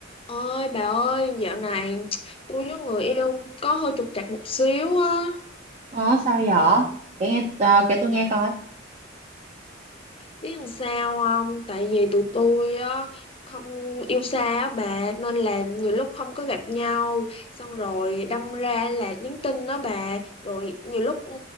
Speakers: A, on the left; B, on the right.
A: Ôi bà ơi, dạo này tôi với người yêu có hơi trục trặc một xíu á,
B: Ồ, sao vậy? Kể nghe ờ, kể tôi nghe coi.
A: biết làm sao không? Tại vì tụi tôi á không yêu xa á bà nên là nhiều lúc không có gặp nhau, xong rồi đâm ra là nhắn tin đó bà, rồi nhiều lúc ừ,